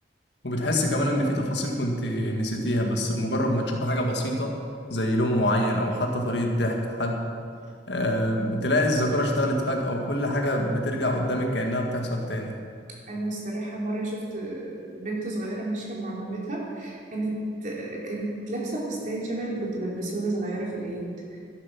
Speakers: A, on the left (about 65°); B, on the right (about 45°).
A: وبتحس كمان ان في تفاصيل كنت نسيتيها بس بمجرد ما تشوف حاجه بسيطه زي لون معين او حتى طريقه ضحك حد آه، بتلاقي الذاكره اشتغلت فجاه وكل حاجه بترجع قدامك كانها بتحصل تاني
B: أنا الصراحة مرة شفت بنت صغيرة ماشية مع مامتها كانت كانت لابسة فستان شبه اللي كنت بلبسه وأنا صغيرة في العيد